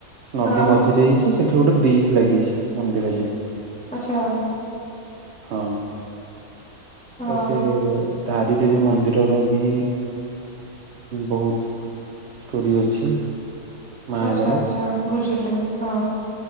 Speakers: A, on the right; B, in the centre.
A: ସେ ନଦୀ
B: ହଁ
A: ମଝିରେ ହେଇଛି ସେଠି ଗୋଟେ ବ୍ରିଜ ଲାଗିଛି ମନ୍ଦିର ଯାଏଁ।
B: ଆଛା।
A: ହଁ।
B: ହଁ
A: ତ ସେ ତାରି ଦେବୀ ମନ୍ଦିରର ବି ବୋହୁତ ଷ୍ଟୋରି ଅଛି। ମାଙ୍କର
B: ଆଛା ଆଛା ବୁଝିଲି ହଁ।